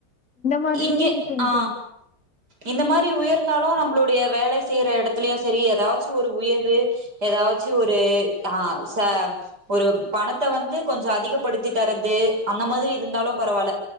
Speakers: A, on the left (about 40°); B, on the right (about 60°).
A: மாரியுமே
B: இங்கே
A: இருக்குங்
B: அ
A: தோழி
B: இந்த மாதிரி உயர்ந்தாலு நம்ளுடைய வேல செய்ற எடத்துலயு செரி ஏதாச்சு ஒரு உயர்வு ஏதாச்சு ஒரு அ ச ஒரு பணத்த வந்து கொஞ்சோ அதிகப்படுத்தி தரது அந்த மாதிரி இருந்தாலு பரவால்ல